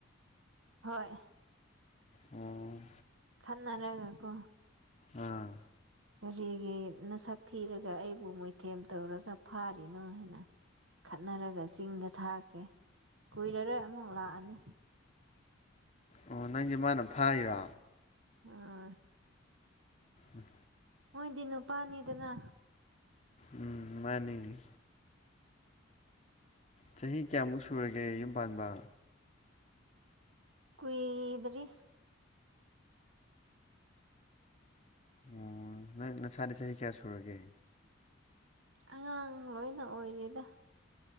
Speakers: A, on the right; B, on the left.
A: ꯍꯣꯏ
B: ꯑꯣ
A: ꯈꯟꯅꯔꯒ ꯀꯣ
B: ꯑꯥ
A: ꯀꯔꯤꯒꯤ ꯅꯁꯛ ꯊꯤꯔꯒ ꯑꯩꯕꯨ ꯃꯣꯏꯊꯦꯝ ꯇꯧꯔꯒ ꯐꯥꯔꯤꯅꯣ ꯍꯥꯏꯅ ꯈꯠꯅꯔꯒ ꯆꯤꯡꯗ ꯊꯥꯈ꯭ꯔꯦ ꯀꯨꯏꯔꯔꯣꯏ ꯑꯃꯨꯛ ꯂꯥꯛꯑꯅꯤ
B: ꯑꯣ ꯅꯪꯁꯦ ꯃꯥꯅ ꯐꯥꯔꯤꯔꯣ
A: ꯑꯥ
B: ꯎꯝ
A: ꯃꯣꯏꯗꯤ ꯅꯨꯄꯅꯤꯗꯅ
B: ꯎꯝ ꯃꯥꯅꯤ ꯆꯍꯤ ꯀꯌꯥꯃꯨꯛ ꯁꯨꯔꯒꯦ ꯌꯨꯝ ꯄꯥꯟꯕ
A: ꯀꯨꯏꯗ꯭ꯔꯤ
B: ꯑꯣ ꯅꯪ ꯅꯁꯥꯗꯤ ꯆꯍꯤ ꯀꯌꯥ ꯁꯨꯔꯒꯦ
A: ꯑꯉꯥꯡ ꯂꯣꯏꯅ ꯑꯣꯏꯔꯤꯗ